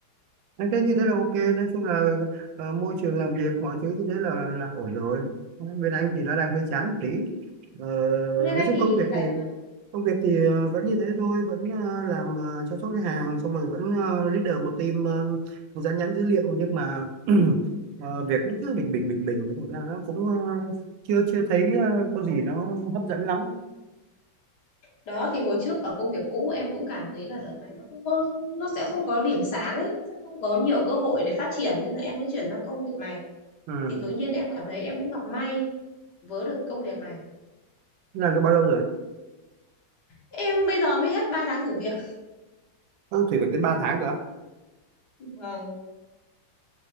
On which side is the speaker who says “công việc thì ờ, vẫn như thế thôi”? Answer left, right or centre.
Right